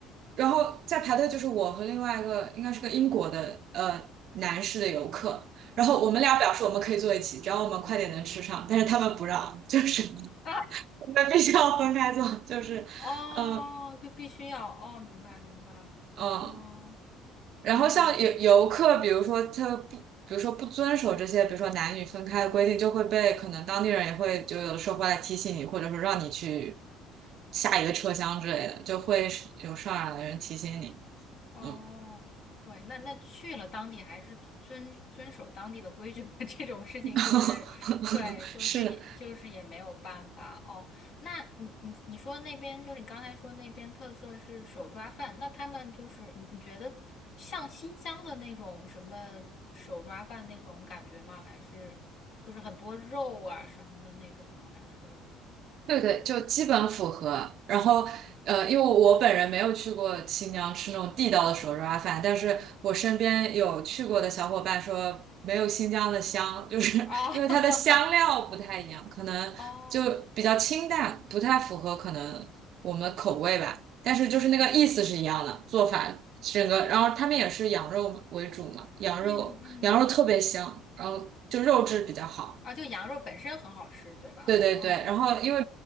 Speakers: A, on the right; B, on the left.
A: 然后在排队就是我和另外一个应该是个英国的呃男士的游客，然后我们俩表示我们可以坐一起，
B: 嗯。
A: 只要我们快点能吃上，但是他们不让，就是。
B: 啊。
A: 我们必须要分开坐，就是嗯
B: 哦，就必须要哦，明白明白，哦，
A: 嗯，然后像游游客，
B: 挺有意思的，
A: 比如说他不，比如说不遵守这些，比如说男女分开的规定，就会被可能当地人也会就有的时候会来提醒你，或者说让你去下一个车厢之类的，就会是有上来的人提醒你。
B: 哦，
A: 嗯，
B: 对，那那去了当地还是遵遵守当地的规矩吧，<laughs> 这种事情就是，
A: <laughs>
B: 对，就是也就是也没有办法哦。
A: 是的，
B: 那你你你说那边就是你刚才说那边特色是手抓饭，那他们就是你你觉得像新疆的那种什么手抓饭那种感觉吗？还是就是很多肉啊什么的那种吗？还是？
A: 对对，就基本符合。然后，呃，因为我本人没有去过新疆吃那种地道的手抓饭，但是我身边有去过的小伙伴说，没有新疆的香，<laughs> 就是因为它的香料不太一样，
B: 哦 <laughs>
A: 可能就比较清淡，
B: 哦，
A: 不太符合可能我们口味吧。但是就是那个意思是一样的，做法整个，然后他们也是羊肉嘛为主嘛，羊肉羊肉特别香，
B: 嗯嗯，
A: 然后就肉质比较好。
B: 啊，就羊肉本身很好吃，对吧？
A: 对对对，
B: 哦
A: 然后因为